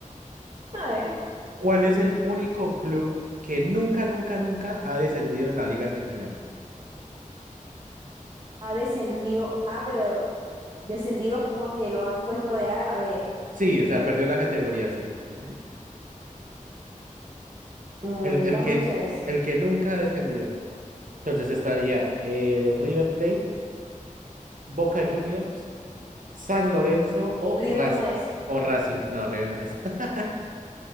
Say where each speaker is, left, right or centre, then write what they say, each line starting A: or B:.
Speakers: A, on the right (about 40°); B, on the right (about 75°).
A: a ver,
B: ¿Cuál es el único club que nunca, nunca, nunca ha descendido en la Liga Argentina?
A: ha descendido. Ah, pero descendido como que lo han puesto de A a la B.
B: Sí, o sea, perdió la categoría, sí. Ujú.
A: Mm,
B: El, el
A: dame
B: que,
A: opciones.
B: el que nunca ha descendido. Entonces estaría eh, River Plate, Boca Juniors, San Lorenzo o
A: River
B: Raz
A: no es.
B: o Racing. No, River no es. <laughs>